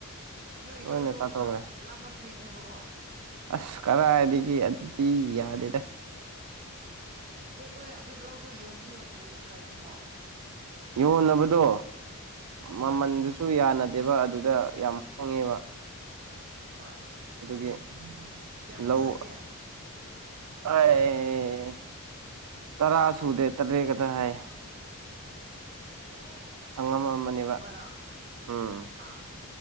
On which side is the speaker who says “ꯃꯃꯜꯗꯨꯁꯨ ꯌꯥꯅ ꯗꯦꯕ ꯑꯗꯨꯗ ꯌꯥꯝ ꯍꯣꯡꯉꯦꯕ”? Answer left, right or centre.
Right